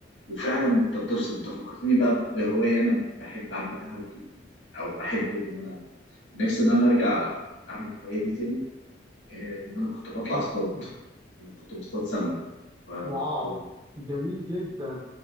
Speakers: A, on the left (about 80°); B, on the right (about 20°).
A: وفعلا انت بتفصل انت فكرتني بقى بهوايه انا بحب اعملها ج- او بحب ان انا نفسي ان انا ارجع اعمل الهوايه دي تاني آه، ان انا كنت بطلع
B: طب
A: اصطاد
B: قول
A: كنت بصطاد سمك فكنت
B: واو جميل جدا